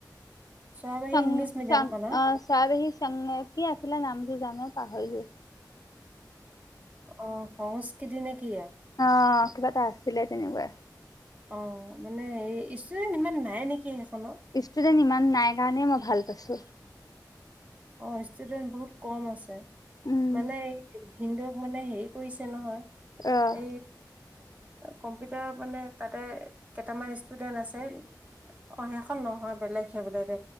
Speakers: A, on the right; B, on the left.
A: চৰাইবাহী
B: ং
A: ইংলিছ মিডিয়ামখন আৰু
B: আহ ছাৰ সি কি আছিলে নামটোৰ জানো পাহৰিলো
A: অ সংস্কৃতি নে কি
B: অ কিবা এটা আছিলে তেনেকুৱাই
A: অ মানে এই ইচতুদেন ইমান নাই নেকি সেইখনত
B: ইষ্টোডেণ্ট ইমান নাই কাৰণেই মই ভাল পাইছো
A: অ ষ্টুডেন্ট বহুত কম আছে
B: উম
A: মানে এই হিন্দু হেৰি কৰিছে নহয়
B: অ',
A: এ কম্পিউটাৰ মানে তাতে কেইটামান ষ্টুডেন্ট আছে অ সেইখন নহয় বেলেগহে বোলে দে